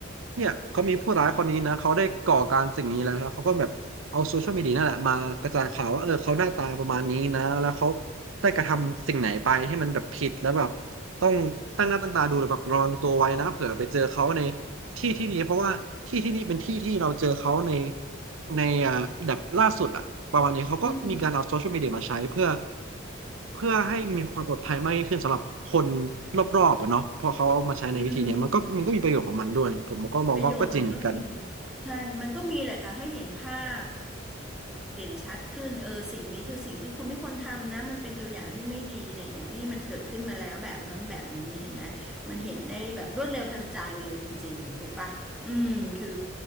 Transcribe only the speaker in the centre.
อืม
อืมประโยชน์มันก็มีใช่ มันก็มีแหละค่ะให้เห็นภาพเด่นชัดขึ้นเออสิ่งนี้คือสิ่งที่คุณไม่ควรทำนะมันเป็นตัวอย่างที่ไม่ดีเนี่ยอย่างที่มันเกิดขึ้นมาแล้วแบบนั้นแบบนี้เห็นไหมมันเห็นได้แบบรวดเร็วทันใจเลยจริงๆถูกปะ อืมคือ